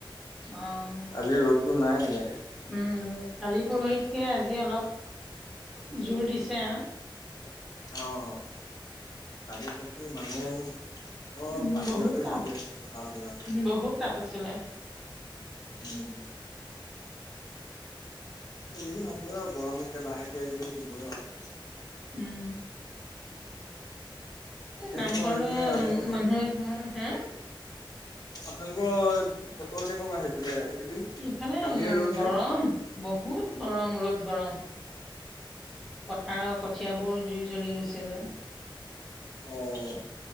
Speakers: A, in the centre; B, on the left.
A: অহ।
B: আজি ৰ'দটো নাই তেনেকে।
A: উম, কালি পৰহিতকে আজি অলপ জোৰ দিছে আৰু।
B: অহ। কীলি পৰহি মানুহ চব
A: উম'
B: বাহিৰতে
A: বহুত তাপ,
B: বহি আছে চোতাল বিলাক
A: বহুত তাপ আছিলে।
B: উম। এইকেইদিন হ'বই আৰু গৰমত এতে লাহেকে এইকেইদিন দিবই আৰু।
A: উম।
B: আপোনালোকৰ
A: এ নামঘৰলে
B: সেইপিনে আজি বতৰ
A: মানুহে ঘৰ হে!
B: আপোনালোকৰ, বতৰ কেনেকুৱা সেইপিনে এইকেইদিন?
A: ইফালে,
B: কালিয়ে ৰ'দ
A: গৰম
B: নে?
A: বহুত গৰম ৰ'দ গৰম। পথাৰৰ কঠিয়াবোৰ জুই জ্বলি গৈছেগৈ।
B: অহ।